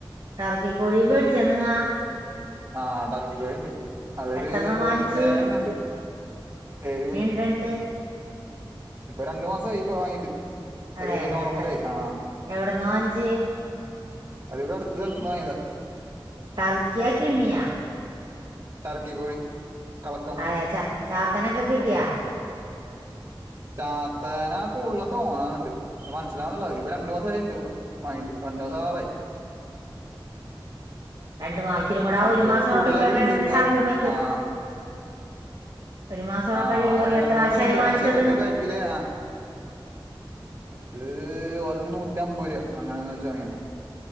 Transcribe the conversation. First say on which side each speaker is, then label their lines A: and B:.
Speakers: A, on the right; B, on the right.
A: ടറക്കി കോഴി മേടിച്ച നിങ്ങാ
B: ആഹ ടർക്ക കോഴി ഇണ്ട് അതൊരു
A: എത്രണ്ണം വാങ്ങിച്ച്
B: ഏഴെണണ്ട് ഏഴ കുഞ്ഞ്
A: ന്നട്ട്
B: രണ്ടു മാസായി ഇപ്പൊ വാങ്ങീട്ട്
A: അതെ
B: ഒരു നോർമലായി
A: എത്ര
B: ആ
A: എവിടെന്ന വാങ്ങിച്ചേ <inaudible>
B: അത് ഇവിടെ അട്ത്ത് സൽത്ത് ന്ന് വങ്ങിതാ
A: ടർക്യായ കണിയോ
B: ടർക്കിക്കോഴി കളക്കം
A: അതെ ച ചാത്തനൊക്കെ കിട്ടിയാ
B: ചാത്തേന കൂടുതലും തോന്നാനുണ്ട് മനസ് ലാണില ഇപ്പൊ രണ്ടു മാസ ആയിണ്ട് വങ്ങിട്ട് രണ്ടു മാസ ആവാറായി
A: രണ്ടു മാസം ഇത്തിരി കൂടെ ആ
B: അയ്ട്ടങ്ങളെ
A: ഒരു മാസം
B: കൂടുലാക്കിലുണ്ട്
A: കഴിയുമ്പോ അറിയാൻ
B: ഇപ്പൊ
A: പറ്റും
B: ആഹ
A: ഒരു മാസം കൂടെ
B: ആഹ്
A: കഴിയുമ്പോ അറിയാം
B: രണ്ട്
A: എത്ര
B: മാസം
A: ആശായി
B: ആയിണ്ട്
A: വാങ്ങിച്ചത്
B: അയിന്റെ ചെറക് ബേക് ക്കില് ആഹ് അത് ഒരെണ്ണം നോ ട്ടാമ്പൂര് അങ്ങനന്ന് വെച്ച് വങ്ങിയ